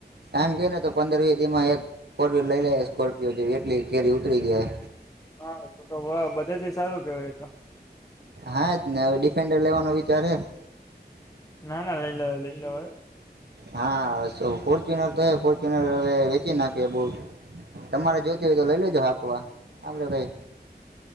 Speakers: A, on the right; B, on the left.
A: એમ કઈને તો પંદર વી દી માં એક ફોર વ્હીલ લઈ લે સ્કોર્પિયો જે એટલી કેરી ઉતરી ગયા.
B: હા તો બધેથી સારું કેવાય તો.
A: હા જ ને હવે ડિફેન્ડર લેવાનો વિચાર હ.
B: ના ના લઈ લ લઈ લવા.
A: હા ફોર્ચ્યુનર તો ફોર્ચ્યુનર હવે વેચી નાખ્યું બ તમારે જો. તો લઈ લ જવાકોવા આપરે ભાઈ.